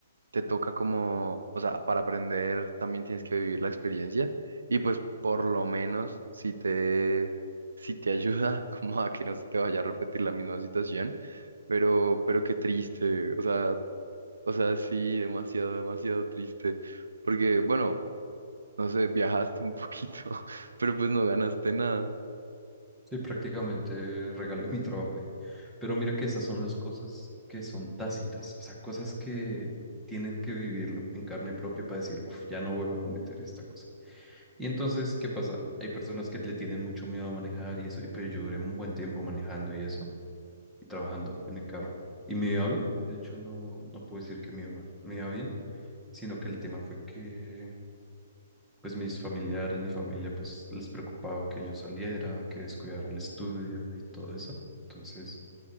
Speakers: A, on the right (about 80°); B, in the centre.
A: te toca como, o sea, para aprender también tienes que vivir la experiencia y pues por lo menos si te, si te ayuda <laughs> como a que no se te vaya a repetir la misma situación, pero, pero qué triste, o sea, o sea, sí, demasiado, demasiado triste, porque bueno, no sé, viajaste un poquito, <laughs> pero pues no ganaste nada.
B: Sí, prácticamente regalé <laughs> mi trabajo ahí. Pero mira que esas son las cosas que son tácitas, o sea, cosas que tienes que vivirlo en carne propia para decir, uff, ya no vuelvo a cometer esta cosa. Y entonces, ¿qué pasa? Hay personas que le tienen mucho miedo a manejar y eso, y pero yo duré un buen tiempo manejando y eso, y trabajando en el carro, y me iba bien. De hecho, no, no puedo decir que me iba mal, me iba bien, sino que el tema fue que pues mis familiares, mi familia, pues les preocupaba que yo saliera, que descuidara el estudio y todo eso. Entonces,